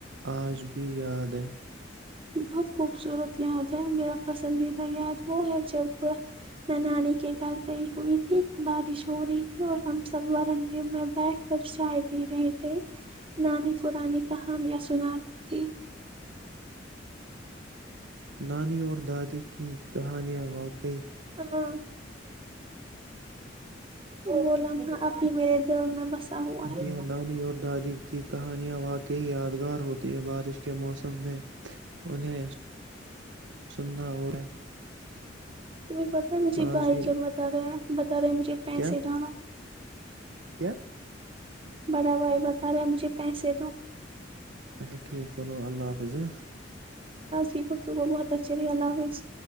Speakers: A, on the right; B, on the right.
A: آج بھی یاد ہے
B: بہت خوبصورت یاد ہے میرا پسندیدہ یاد وہ ہے جب میں نانی کے گھر گئی ہوئی تھی بارش ہو رہی تھی اور ہم سب ورنڈے میں بیٹھ کر چائے پی رہے تھے نانی پرانی کہانیاں سناتی <inaudible> <inaudible>
A: نانی اور دادی کی کہانیاں واقعی
B: ہاں وہ لمحہ اب بھی میرے دل میں بسا ہوا ہے
A: دیا نانی اور دادی کی کہانیاں واقع کئی یادگار ہوتی ہے بارش کے موسم میں انہیں سننا اور
B: تمہیں پتہ ہے مجھے
A: آج
B: بھائی
A: کی
B: کیا بتا رہے ہیں ارے مجھے پیسے
A: کیا
B: ڈالو
A: کیا
B: بڑا بھائی بتا رہے ہیں مجھے پیسے دو
A: اچھا ٹھیک چلو اللہ حافظ ہہہ
B: ٹھیک ہو تو وہ بہت اچھے رہ اللہ حافظ